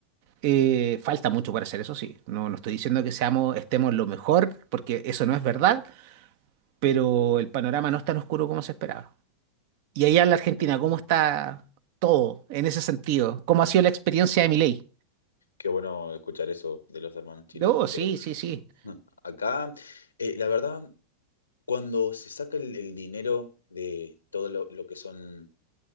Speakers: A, on the right; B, on the left.
A: Eh, falta mucho para hacer eso, sí. No, no estoy diciendo que seamos, estemos lo mejor, porque eso no es verdad, pero el panorama no es tan oscuro como se esperaba. Y allá en la Argentina,
B: No,
A: ¿cómo está todo en ese sentido? ¿Cómo ha sido la experiencia
B: ujú.
A: de Milei?
B: Qué bueno escuchar eso de los hermanos chilenos,
A: Oh, sí,
B: pero
A: sí, sí.
B: <laughs> acá, eh, la verdad, cuando se saca el, el dinero de todo lo, lo que son